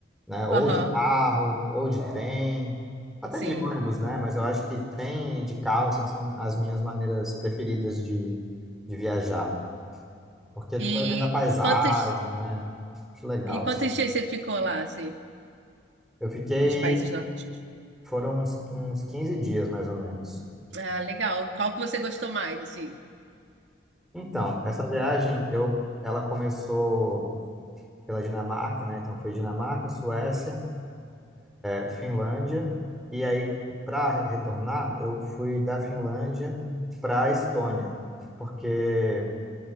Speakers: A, in the centre; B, on the right (about 65°).
A: né? Ou
B: Aham,
A: de carro, ou de trem, até
B: sim.
A: de ônibus, né? Mas eu acho que trem e de carro, assim, são as minhas maneiras preferidas de, de viajar. Porque
B: E
A: tu vai vendo a paisagem,
B: quantos,
A: né? Acho legal,
B: e quantos
A: assim.
B: dias você ficou lá, assim,
A: Eu fiquei,
B: nos países nórdicos?
A: foram uns, uns 15 dias mais ou menos.
B: Ah, legal. Qual que você gostou mais, assim?
A: Então, essa viagem, eu, ela começou pela Dinamarca, né? Então foi Dinamarca, Suécia, eh, Finlândia, e aí para retornar, eu fui da Finlândia para Estônia, porque